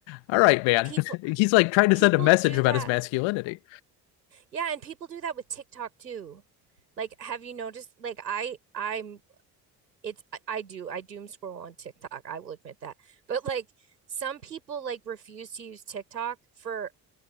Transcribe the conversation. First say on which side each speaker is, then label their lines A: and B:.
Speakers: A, on the left (about 65°); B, on the right (about 85°).
A: all right, man.
B: People
A: <laughs> He's like trying to
B: people
A: send a message
B: do
A: about
B: that.
A: his masculinity.
B: Yeah, and people do that with TikTok too. Like, have you noticed? Like, I I'm it's I, do I doom scroll on TikTok. I will admit that. But like some people like refuse to use TikTok for